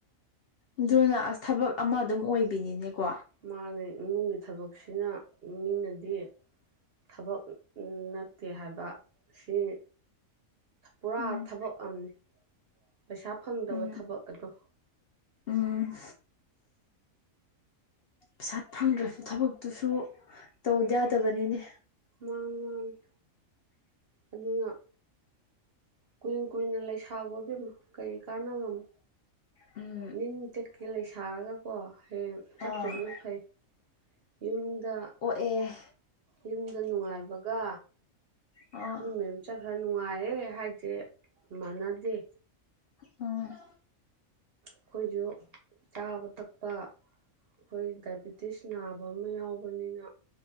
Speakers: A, on the left; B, on the right.
A: ꯑꯗꯨꯅ ꯑꯁ ꯊꯕꯛ ꯑꯃ ꯑꯗꯨꯝ ꯑꯣꯏꯕꯤꯅꯤꯅꯦꯀꯣ
B: ꯃꯥꯅꯦ ꯏꯃꯨꯡꯒꯤ ꯊꯕꯛꯁꯤꯅ ꯃꯤꯅꯗꯤ ꯊꯕꯛ ꯅꯠꯇꯦ ꯍꯥꯏꯕ ꯁꯤ ꯄꯨꯔꯥ
A: ꯎꯝ
B: ꯊꯕꯛ ꯑꯃꯅꯤ ꯄꯩꯁꯥ ꯐꯪꯗꯕ
A: ꯎꯝ
B: ꯊꯕꯛ ꯑꯗꯣ
A: ꯎꯝ ꯄꯩꯁꯥ ꯐꯪꯗ꯭ꯔꯁꯨ ꯊꯕꯛꯇꯨꯁꯨ ꯇꯧꯗ ꯌꯥꯗꯕꯅꯤꯅꯦ
B: ꯃꯥꯅꯤ ꯃꯥꯅꯤ ꯑꯗꯨꯒ ꯀꯨꯏ ꯀꯨꯏꯅ ꯂꯩꯁꯥꯒꯣ ꯏꯕꯦꯃꯥ ꯀꯔꯤ ꯀꯥꯟꯅꯒꯝꯣ
A: ꯎꯝ
B: ꯅꯤꯡ ꯇꯦꯛꯀꯩ ꯂꯩꯁꯥꯔꯒꯀꯣ ꯍꯌꯦꯡ ꯆꯠꯈꯤꯕꯅ
A: ꯑꯥ
B: ꯐꯩ ꯌꯨꯝꯗ
A: ꯑꯦ
B: ꯌꯨꯝꯗ ꯅꯨꯡꯉꯥꯏꯕꯒ
A: ꯑꯥ
B: ꯃꯤ ꯃꯌꯨꯝ ꯆꯠ ꯈꯔ ꯅꯨꯡꯉꯥꯏꯔꯦ ꯍꯥꯏꯁꯦ ꯃꯥꯟꯅꯗꯦ
A: ꯎꯝ
B: ꯑꯩꯈꯣꯏꯁꯨ ꯆꯥꯕ ꯊꯛꯄ ꯑꯩꯈꯣꯏ ꯗꯥꯏꯕꯤꯇꯤꯁ ꯅꯥ ꯑꯕ ꯑꯃ ꯌꯥꯎꯕꯅꯤꯅ